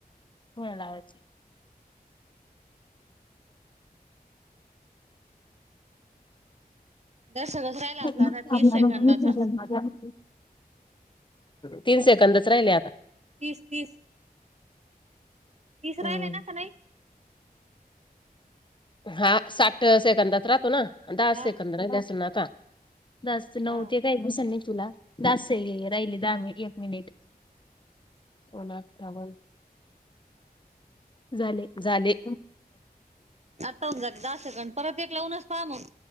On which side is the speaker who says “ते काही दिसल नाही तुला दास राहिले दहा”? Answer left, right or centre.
Left